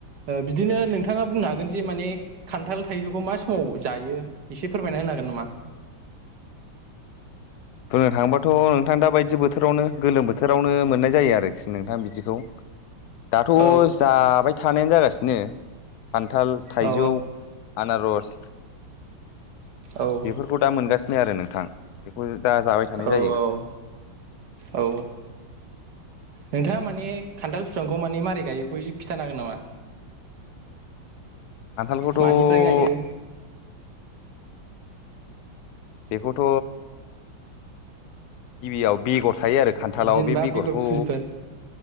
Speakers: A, on the right; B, on the left.
A: बिदिनो नोंथाङा बुंनो हागोन जे माने खान्थाल थाइजौखौ मा समाव जायो एसे फोरमायना। होनो हागोन नामा।
B: <inaudible> बुंनो थांबाथ' नोंथां दा बायदि बोथोरावनो गोलोम बोथोरावनो मोननाय जायो आ। आरोखि नोंथां बिदिखौ दाथ'
A: औ
B: जाबाय थानायानो जागासिनो। खान्थाल थाइजौ
A: औ
B: आनारस
A: औ
B: बेफोरखौ दा मोनगा आरो नोंथां बेखौ। दा जाबाय थानाय
A: औ
B: जायो
A: औ औ नोंथाङा माने खान्थाल बिफांखौ माने मारै गायो इखौ एसे खिन्थानो हागोन नामा
B: खान्थालखौथ'
A: मानिफ्राय गायो
B: बेखौथ' गिबियाव बेगर थायो आरो खान्थालाव
A: जेनेबा
B: बे बेगरखौ
A: बेगर फुलिफोर